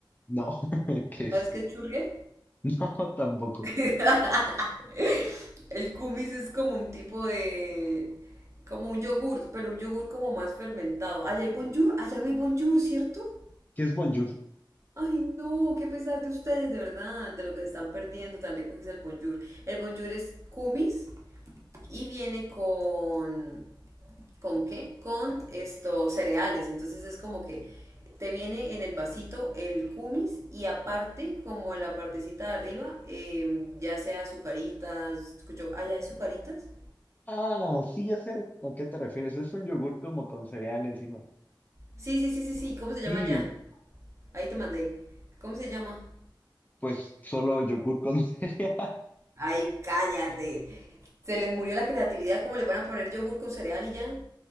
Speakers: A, on the left; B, on the right.
A: No, <laughs> ¿qué es?
B: ¿Sabes qué es churria?
A: No, tampoco.
B: <laughs> El kumis es como un tipo de... como un yogur, pero un yogur como más fermentado. Allá hay bonjour, allá no hay bonjour, ¿cierto?
A: ¿Qué es bonjour?
B: Ay, no, qué pesar de ustedes, de verdad, de lo que se están perdiendo, tan rico que es el bonjour. El bonjour es kumis, y viene con, ¿con qué? Con estos cereales, entonces es como que te viene en el vasito el kumis y aparte, como en la partecita de arriba, eh, ya sea azucaritas, escucho, ¿allá hay azucaritas?
A: Ah, sí, ya sé a qué te refieres. Es un yogur como con cereal encima.
B: Sí, sí, sí, sí, sí, ¿cómo
A: Sí,
B: se llama allá? Ahí te mandé. ¿Cómo se llama?
A: pues solo yogur con <laughs> cereal.
B: Ay, cállate. Se les murió la creatividad, ¿cómo le van a poner yogur con cereal y ya?